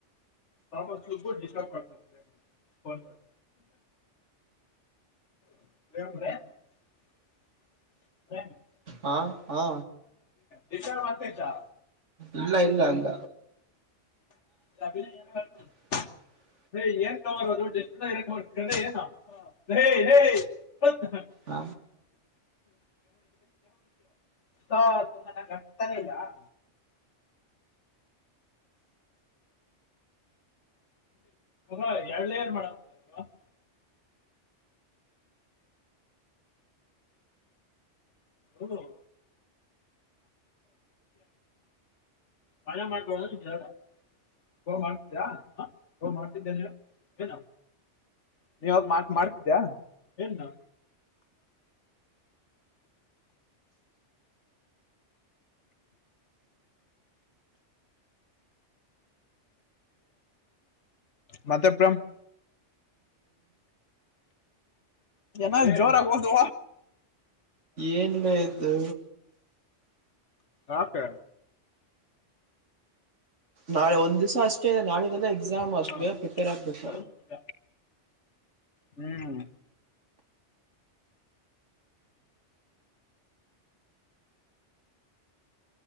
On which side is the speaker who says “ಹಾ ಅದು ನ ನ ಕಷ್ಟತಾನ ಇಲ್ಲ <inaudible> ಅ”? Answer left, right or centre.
Left